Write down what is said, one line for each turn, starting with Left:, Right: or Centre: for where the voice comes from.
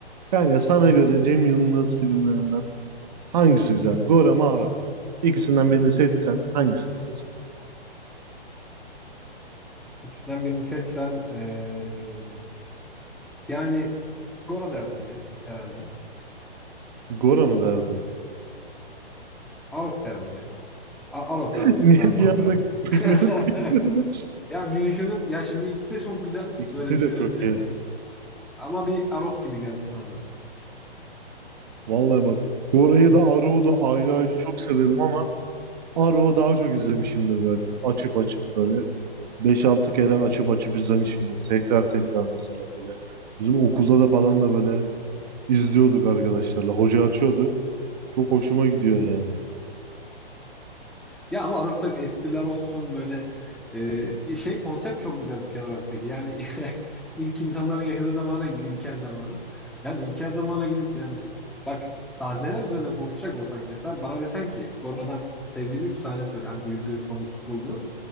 Right: Kanka sana göre Cem Yılmaz filmlerinden hangisi güzel? Gora mı Arok mu? İkisinden birini seçsen hangisini seçerdin?
Centre: İkisinden birini seçsem eee, yani Gora derdim ya herhalde.
Right: Gora mı derdin?
Centre: Arok derdim ya. A- Arok
Right: <laughs>
Centre: Arok
Right: Niye
Centre: şu an
Right: bir
Centre: son
Right: anda
Centre: kararım. <laughs>
Right: fikrini değiştirdin?
Centre: Ya bir düşündüm. Ya şimdi ikisi de çok güzel
Right: İkisi
Centre: böyle düşününce.
Right: de çok iyi.
Centre: Ama bir Arok gibi geldi sonradan.
Right: Vallahi bak Gora'yı da Arok'u da ayrı ayrı çok severim ama Arok'u daha çok izlemişimdir böyle. Açıp açıp böyle beş altı kere açıp açıp izlemişimdir. Tekrar tekrar mesela böyle. Bizim okulda da falan da böyle izliyorduk arkadaşlarla. Hoca açıyordu. Çok hoşuma gidiyor yani.
Centre: Ya ama Arok'ta espriler olsun böyle e, şey konsept çok güzel bir kere Arok'taki. Yani <laughs> ilk insanların yaşadığı zamana gidiyor, ilkel zamana. Yani ilkel zamana gidip yani bak sahneler üzerine konuşacak olsak mesela bana desen ki Goro'dan sevdiğin 3 sahne söyle hani güldüğün komik bulduğun.